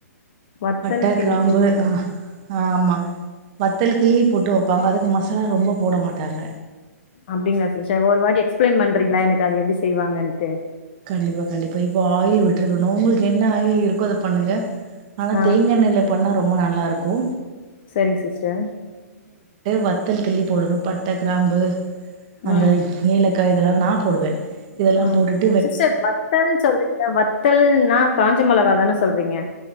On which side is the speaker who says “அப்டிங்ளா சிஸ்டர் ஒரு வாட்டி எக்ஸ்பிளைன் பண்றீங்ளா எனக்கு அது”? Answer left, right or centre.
Left